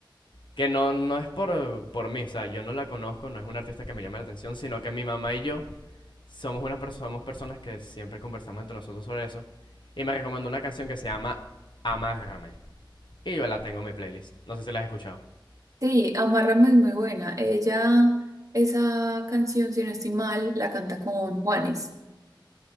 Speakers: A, on the left; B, on the right.
A: que no, no es por, por mí, o sea, yo no la conozco, no es una artista que me llame la atención, sino que mi mamá y yo somos, una perso- somos personas que siempre conversamos entre nosotros sobre eso, y me recomendó una canción que se llama Amárrame, y yo la tengo en mi playlist, no sé si la has escuchado.
B: Sí, Amárrame es muy buena. Ella, esa canción, si no estoy mal, la canta con Juanes.